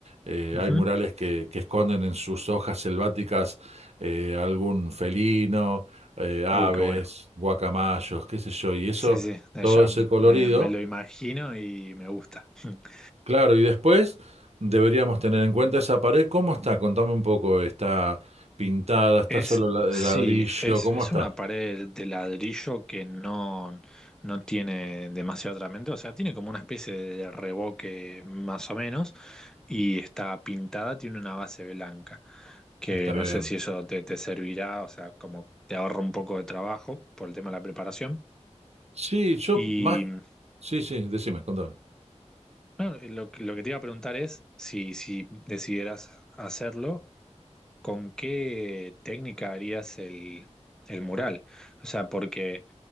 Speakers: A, on the right; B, in the centre.
A: Eh,
B: Ujú.
A: hay murales que, que esconden en sus hojas selváticas eh, algún felino, eh, aves,
B: Uh, qué bueno.
A: guacamayos, qué sé yo, y eso,
B: Sí, sí,
A: todo
B: ya
A: ese
B: me,
A: colorido,
B: me lo imagino y me gusta. <laughs>
A: claro, y después deberíamos tener en cuenta esa pared, ¿cómo está? Contame un poco, ¿está pintada? ¿Está
B: Es,
A: solo la- ladrillo?
B: sí, es,
A: ¿Cómo
B: es
A: está?
B: una pared de ladrillo que no, no tiene demasiado tratamiento, o sea, tiene como una especie de revoque más o menos y está pintada, tiene una base blanca, que
A: Está
B: no
A: bien.
B: sé si eso te, te servirá, o sea, como te ahorra un poco de trabajo por el tema de la preparación.
A: Sí, yo
B: y
A: más. Sí, sí, decime, contame.
B: No, lo, que lo que te iba a preguntar es si, si decidieras hacerlo, ¿con qué técnica harías el, el mural? O sea, porque,